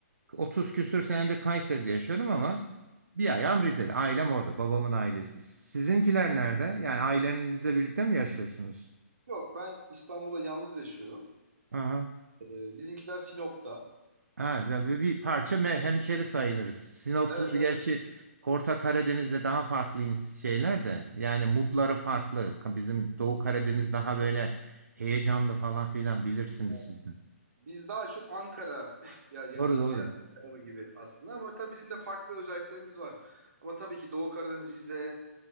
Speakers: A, on the right; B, on the right.
A: 30 küsür senedir Kayseri'de yaşıyorum ama bir ayağım Rize'de. Ailem orada. Babamın ailesi. Sizinkiler nerede? Yani ailenizle birlikte mi yaşıyorsunuz?
B: Yok ben İstanbul'da yalnız yaşıyorum.
A: Aha.
B: Ee, bizimkiler Sinop'ta.
A: Ha, ya bir, bir parça me- hemşeri sayılırız. Sinoplular
B: Evet
A: gerçi
B: evet.
A: Orta Karadeniz'de daha farklı ins- şeyler de. Yani mutları farklı. Ka- Bizim Doğu Karadeniz daha böyle heyecanlı falan filan bilirsiniz
B: Evet.
A: siz de.
B: Biz daha çok Ankara <laughs> ya yakınız
A: Doğru doğru.
B: yani Ankaralı gibi aslında ama tabii bizim de farklı özelliklerimiz var. Ama tabii ki Doğu Karadeniz, Rize,